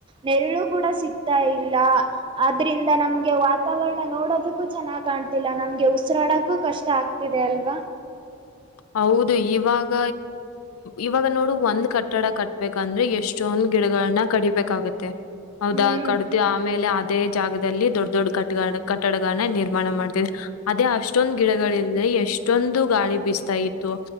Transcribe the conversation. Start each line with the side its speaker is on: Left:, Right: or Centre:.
Right: ನೆರಳು ಕೂಡ ಸಿಗ್ತಾ ಇಲ್ಲ. ಆದರಿಂದ ನಮಗೆ ವಾತಾವರಣ ನೋಡೋದಕ್ಕೂ ಚೆನ್ನಾಗಿ ಕಾಣ್ತಿಲ್ಲ ನಮಗೆ ಉಸಿರಾಡೋಕ್ಕೂ ಕಷ್ಟ ಆಗ್. ಇದೆ ಅಲ್ವಾ.
Left: ಹೌದು ಇವಾಗ ಇವಾಗ ನೋಡು ಒಂದ್ ಕಟ್ಟಡ ಕಟ್ಬೇಕಂದ್ರೆ ಎಷ್ಟೊಂದ. ಗಿಡಗಳನ್ನ ಕಡಿಬೇಕಾಗುತ್ತೆ ಹೌದಾ
Right: ಹ್ಮ್
Left: ಕಡದು ಆಮೇಲೆ ಆದ. ಅದೇ ಜಾಗದಲ್ಲಿ ದೊಡ್ಡ ದೊಡ್ಡ ಕಟ್ಟ ಕಟ್ಟಡಗಳನ್ನ ನಿರ್ಮಾಣ ಮಾಡ್ತವಿ ಅದೇ ಅಷ್ಟೊಂದ್ ಗಿಡಗಳಲ್ದೆ. ಎಷ್ಟೊಂದು ಗಾಳಿ ಬಿಸತಾ ಇತ್ತು